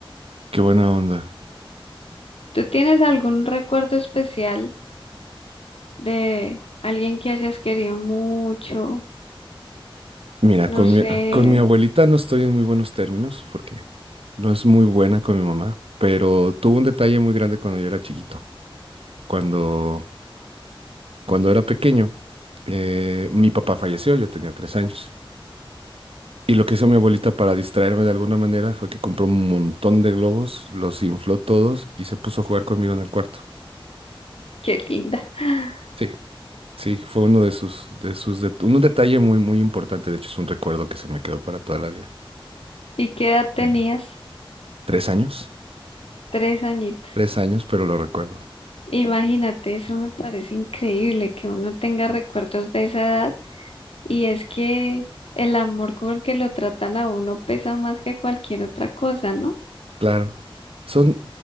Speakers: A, on the right; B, on the left.
A: Qué buena onda.
B: ¿Tú tienes algún recuerdo especial? de alguien que hayas querido mucho,
A: Mira,
B: no
A: con
B: sé,
A: mi, con mi abuelita no estoy en muy buenos términos porque no es muy buena con mi mamá, pero tuvo un detalle muy grande cuando yo era chiquito. Cuando, cuando era pequeño, eh, mi papá falleció, yo tenía tres años. Y lo que hizo mi abuelita para distraerme de alguna manera fue que compró un montón de globos, los infló todos y se puso a jugar conmigo en el cuarto.
B: qué linda. <laughs>
A: Sí, sí, fue uno de sus, de sus, det- un detalle muy, muy importante. De hecho, es un recuerdo que se me quedó para toda la vida.
B: ¿Y qué edad tenías?
A: Bueno. ¿Tres años?
B: Tres añitos.
A: Tres años, pero lo recuerdo.
B: Imagínate, eso me parece increíble que uno tenga recuerdos de esa edad y es que el amor con que lo tratan a uno pesa más que cualquier otra cosa, ¿no?
A: Claro. Son